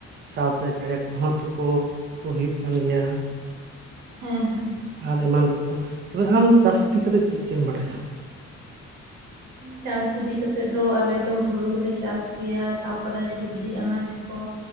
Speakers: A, on the right (about 35°); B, on the right (about 85°).
A: ᱥᱟᱶᱛᱮ ᱪᱮᱬᱮ ᱠᱚᱦᱚᱸ ᱛᱩᱠᱳ ᱠᱚ ᱦᱩᱭᱩᱜ ᱠᱟᱱ ᱜᱮᱭᱟ ᱾
B: ᱦᱩᱸ ᱦᱩᱸ
A: ᱟᱨ ᱮᱢᱟᱱᱠᱩ ᱛᱚᱵᱮ ᱟᱢ ᱪᱟᱥ ᱤᱫᱤ‌ ᱠᱟᱛᱮᱫ ᱪᱮᱫ ᱪᱮᱫ ᱮᱢ ᱵᱟᱰᱟᱭᱟ
B: ᱪᱟᱥ ᱤᱫᱤ ᱠᱟᱛᱮᱜ ᱫᱚ ᱟᱞᱮ ᱫᱚ ᱦᱩᱲᱩᱞᱮ ᱪᱟᱥ ᱜᱮᱭᱟ ᱛᱟᱨᱯᱚᱨᱮ ᱥᱚᱵᱡᱤ ᱟᱱᱟᱡ ᱠᱚ